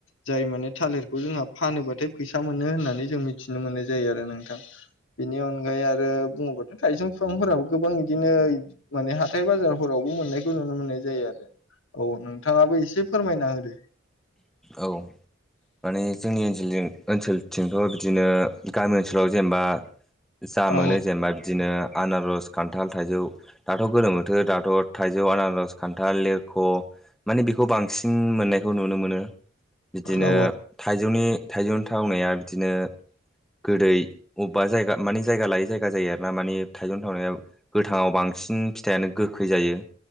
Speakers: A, on the left; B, in the centre.
A: जाय माने थालिरखौ जोंहा। फानोबाथाय फैसा मोनो होननानै जों मिथिनो मोननाय जायो आरो नोंथां बेनि अनगायै आरो बुङो थाइजौ बिफांफोराबो गोबां इदिनो। माने हाथाय बाजारफोरावबो मोननायखौ नुनो मोननाय जायो आरो औ नोंथाङाबो इसेब फोरमायना होदो।
B: औ माने जोंनि ओनसोलजों ओनसोलथिंथ' बि बिदिनो गामि ओनसोलाव जेनेबा जा
A: औ
B: मोनो जेनेबा बिदिनो। आनारस खान्थाल थाइजौ दाथ' गोलोमोथोर दाथ' थाइजौ आनारस खान्थाल लेर ख' माने बेखौ बांसिन मोननायखौ नुनो मोनो बिदिनो
A: औ
B: थाइजौनि। थाइजौनि थावनाया बिदिनो गोदै अबेबा जायगा। माने जायगा लायै जायगा जायो आरोना मानि थाइजौनि थावनायाव गोथाङाव बांसिन फिथाइयानो गोखै जायो।